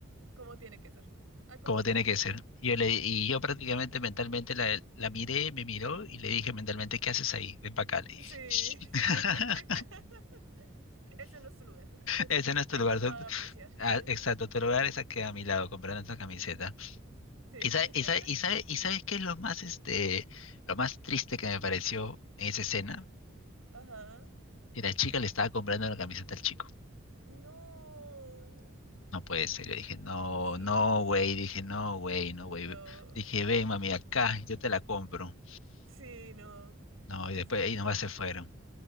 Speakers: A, on the right; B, on the left.
A: Como tiene que ser? Ah, como
B: como
A: tiene
B: tiene
A: que
B: que
A: ser?
B: ser. Y yo, le, y yo prácticamente mentalmente la, la miré, me miró y le dije mentalmente, ¿qué haces ahí? Ven para acá, le
A: Sí.
B: dije. <laughs>
A: <laughs> Ese no es tu lugar. <laughs>
B: Ese no es tu
A: Ahí
B: lugar.
A: no te
B: tú-
A: van a apreciar.
B: ah,
A: <laughs>
B: exacto, tu lugar es aquí a mi lado comprando esa camiseta.
A: Sí.
B: ¿Y, sabe-
A: <laughs>
B: y, sabe- y, sabe- y sabes qué es lo más, este, lo más triste que me pareció en esa escena?
A: Ajá.
B: Que la chica le estaba comprando la camiseta al chico.
A: No.
B: No puede ser. Yo
A: Qué
B: dije,
A: terrible.
B: no,
A: Sí,
B: no,
A: no.
B: güey. Dije, no, güey, no,
A: No.
B: güey. Dije, ven, mami, acá, yo te la compro.
A: Sí, no.
B: No,
A: Es.
B: y después ahí nomás se fueron.